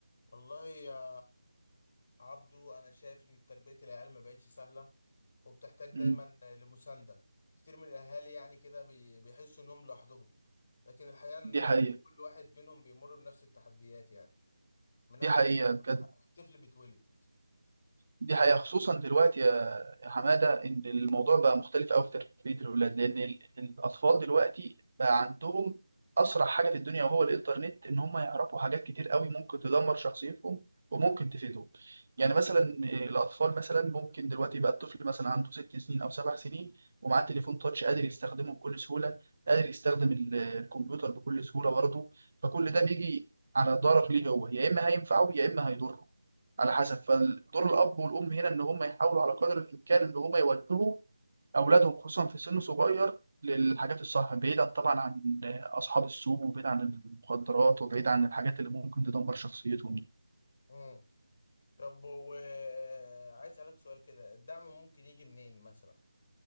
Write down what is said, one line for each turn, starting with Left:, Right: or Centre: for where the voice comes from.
Left: والله يا عبدو انا شايف ان تربيه العيال ما بقتش سهله وبتحتاج
Right: مم.
Left: دايما لمسانده كتير من الاهالي يعني كده بي- بيحسوا انهم لوحدهم لكن الحقيقه ان
Right: دي حقيقة
Left: كل واحد منهم بيمر بنفس التحديات يعني من
Right: دي
Left: اول
Right: حقيقة بجد
Left: ما الطفل بيتولد
Right: دي حقيقة خصوصا دلوقتي يا يا حمادة إن الموضوع بقى مختلف أوي في تربية الأولاد لأن ال- الأطفال دلوقتي بقى عندهم أسرع حاجة في الدنيا وهو الإنترنت إن هم يعرفوا حاجات كتير أوي ممكن تدمر شخصيتهم وممكن تفيدهم يعني مثلا الأطفال مثلا ممكن دلوقتي بقى الطفل مثلا عنده ست سنين أو سبع سنين ومعاه تليفون تاتش قادر يستخدمه بكل سهولة قادر يستخدم ال- الكمبيوتر بكل سهولة برضه فكل ده بيجي على ضرر ليه هو يا إما هينفعه يا إما هيضره على حسب فدور الاب والام هنا ان هم يحاولوا على قدر الامكان ان هم يوجهوا اولادهم خصوصا في سن صغير للحاجات الصح بعيدا طبعا عن اصحاب السوق وبعيد عن المخدرات وبعيد عن الحاجات اللي ممكن تدمر شخصيتهم
Left: امم طب وعايز اسالك سؤال كده الدعم ممكن يجي منين مثلا